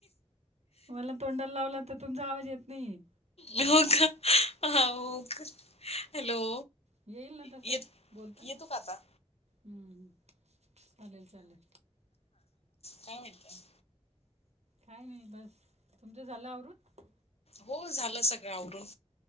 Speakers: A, on the right; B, on the left.
A: मला तोंडाला लावला तर तुमचा आवाज येत नाहीये,
B: का हो का, अं, हॅलो,
A: येईल ना तसं,
B: येत
A: बोलता,,
B: येतो का आता?
A: हम्म, हम् चालेल, चालेल
B: काय मायत.
A: काय नाही बस,, तुमचं झालं आवरुण?
B: हो, झालं सगळं आवरुन,